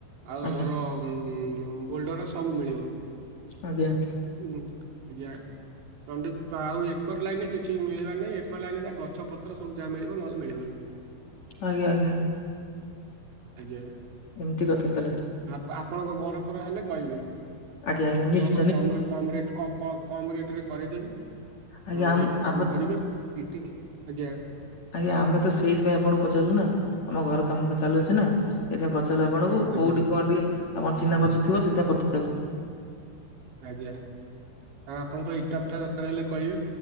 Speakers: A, on the right; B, on the left.
A: ଆଉ
B: ଆଜ୍ଞା
A: ଆମର ହୁଁ ବୋଲଡର ସବୁ ମିଳିବ।
B: ଆଜ୍ଞା।
A: ହୁଁ ଆଜ୍ଞା। ଚଣ୍ଡି- ଆଉ ଏକର ଲାଇନ୍ ରେ କିଛି ମିଳିବ ନାହିଁ ଏକର ଲାଇନ ଗଛ ପତ ତ୍ର ସବୁ ଯାହା ମିଳିବ ନହେଲେ ମିଳିବନି,
B: ଆଜ୍ଞା ଆଜ୍ଞା
A: ଆଜ୍ଞା।
B: ଏମିତି କଥା ତାହାଲେ।
A: ଆ ଆପଣଙ୍କ ଘର ଫର ହେଲେ କହିବେ।
B: ଆଜ୍ଞା ଆଜ୍ଞା ନିଶ
A: ଙ୍କର କମରେ କମରେଟ କ କ କମରେଟରେ କରେଇଦେବି।
B: ଆଜ୍ଞା
A: ହଁ ନେଇକି
B: ଆମ
A: କାମ
B: ଆମେ ତ
A: କରିବେ, ଇଟି ଆଜ୍ଞା
B: ଆଜ୍ଞା, ଆମେ ତ ସେଇଥିପାଇଁ ଆପଣଙ୍କୁ ପଚାରିଲୁ ନା ଆମ ଘର କାମ ଚାଲୁଅଛି ନା। ଏଇଥିପାଇଁ ପଚାରିଲୁ ଆପଣଙ୍କୁ
A: ଆଜ୍ଞା
B: କୋଉଠି କଣ ଟିକେ ଆପଣ ଚିହ୍ନା ପରିଚିତ ଥିବ ସେଥିପାଇଁ ପଚାରିଲୁ।
A: ଆଜ୍ଞା, ଆଉ ଆପଣଙ୍କର ଇଟା ଫିଟା ଦରକାର ହେଲେ କହିବେ?